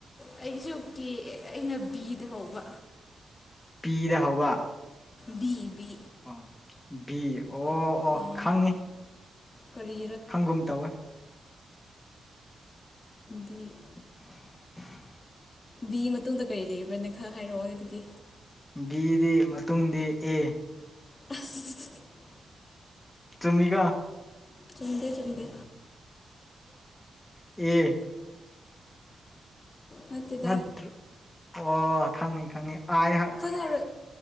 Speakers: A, on the left; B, on the left.
A: ꯑꯩꯒꯤꯖꯨ ꯀꯦ ꯑꯩꯅ ꯕꯤꯗ ꯍꯧꯕ꯫
B: ꯄꯤꯅ ꯍꯧꯕ꯫
A: ꯕꯤ ꯕꯤ
B: ꯑꯥ ꯕꯤ ꯑꯣ ꯑꯣ
A: ꯑꯥ
B: ꯈꯪꯉꯤ
A: ꯀꯔꯤ
B: ꯈꯪꯒꯨꯝ ꯇꯧꯋꯦ꯫
A: ꯕꯤ
B: <unintelligible>
A: ꯕꯤ ꯃꯇꯨꯡꯗ ꯀꯔꯤ ꯂꯩꯕ꯭ꯔꯥꯅꯦ ꯈꯔ ꯍꯥꯏꯔꯛꯑꯣ ꯑꯗꯨꯗꯤ꯫
B: ꯕꯤꯘꯤ ꯃꯇꯨꯡꯗꯤ ꯑꯦ
A: <unintelligible>
B: ꯆꯨꯝꯃꯤꯀꫭ
A: ꯆꯨꯝꯗꯦ ꯆꯨꯝꯗꯦ꯫
B: ꯑꯦ꯫
A: ꯅꯠꯇꯦꯗ
B: ꯅꯠꯇ꯭ꯔ ꯑꯣ ꯈꯪꯉꯤ ꯈꯪꯉꯤ ꯑꯥꯏ ꯍ
A: ꯈꯪꯉꯔꯣꯏ